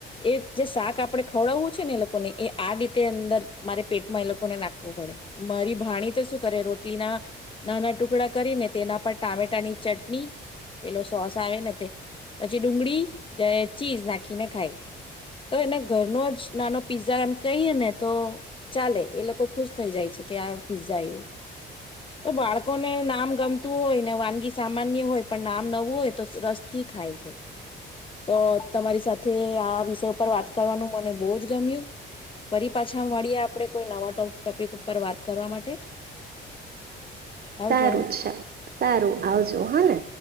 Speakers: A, on the left (about 25°); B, on the right (about 50°).
A: એ જે શાક આપણે ખવડાવવું છે ને એ લોકોને એ આ રીતે અંદર મારે પેટમાં એ લોકોને નાખવું પડે, મારી ભાણી તો શું કરે રોટલી ના, નાના ટુકડા કરીને તેના પર ટામેટાની ચટણી પેલો સોસ આવે ને તે, પછી ડુંગળી ચીઝ નાખીને ખાય, તો એને ઘરનો જ નાનો પીઝા એમ કહીએ ને તો ચાલે એ લોકો ખુશ થઈ જાય છે કે આ પઝું તો બાળકોને નામ ગમતું હોય ને વાનગી સામાન્ય હોય પણ નામ નવું હોય તો રસ થી ખાય છે તો તમારી સાથે આ વિષય ઉપર વાત કરવાનું મને બહુ જ ગમ્યું ફરી પાછા મળીએ આપડે કોઈ નવા ટોપિક ઉપર વાત કરવા માટે આવજો
B: સારું છે સારું આવજો હા ને.